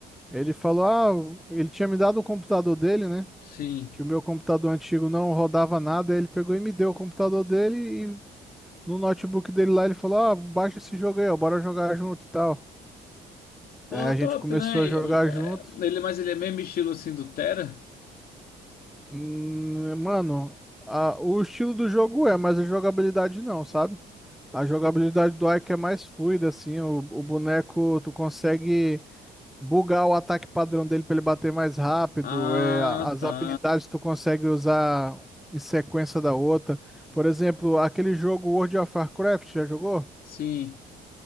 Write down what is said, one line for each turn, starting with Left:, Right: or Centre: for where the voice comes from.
Centre: Ele falou, ah, ele tinha me dado o computador dele, né?
Left: sim.
Centre: que o meu computador antigo não rodava nada, aí ele pegou e me deu o computador dele e no notebook dele lá ele falou: "Ah, baixa esse jogo aí, ó, bora jogar junto e tal".
Left: Pô,
Centre: Aí a
Left: top,
Centre: gente começou
Left: né?
Centre: a
Left: E,
Centre: jogar
Left: hum, é,
Centre: junto.
Left: Ele, mas ele é mesmo estilo assim do Terra?
Centre: Hum, mano, a- o estilo do jogo é, mas a jogabilidade não, sabe? A jogabilidade do Ike é mais fluida, assim, o, o boneco tu consegue bugar o ataque padrão dele para ele bater mais rápido,
Left: Ah,
Centre: é, a- as
Left: tá.
Centre: habilidades tu consegue usar em sequência da outra. Por exemplo, aquele jogo World of Warcraft, já jogou?
Left: Sim,